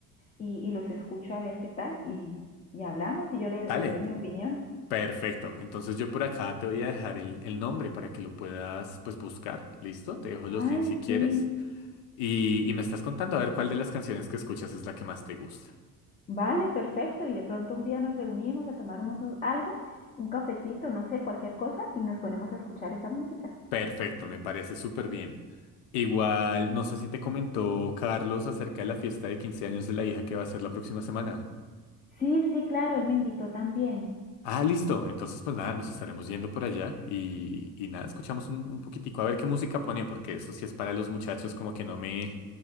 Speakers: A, on the left (about 15°); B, on the left (about 70°).
A: y, y los escucho a ver qué tal y, y hablamos y yo le,
B: Dale,
A: le doy mi opinión.
B: perfecto. Entonces yo por acá te voy a dejar el, el nombre para que lo puedas, pues, buscar. ¿Listo? Te dejo los
A: Ay,
B: links si quieres.
A: sí.
B: Y, y me estás contando a ver cuál de las canciones que escuchas es la que más te gusta.
A: Vale, perfecto. Y de pronto un día nos reunimos a tomar unos algo, un cafecito, no sé, cualquier cosa, y nos ponemos a escuchar esa música.
B: Perfecto, me parece súper bien. Igual, no sé si te comentó Carlos acerca de la fiesta de 15 años de la hija que va a ser la próxima semana.
A: Sí, sí, claro, él me invitó también.
B: Ah, listo. Entonces, pues nada, nos estaremos yendo por allá y, y nada, escuchamos un, un poquitico a ver qué música ponen, porque eso sí es para los muchachos, como que no me,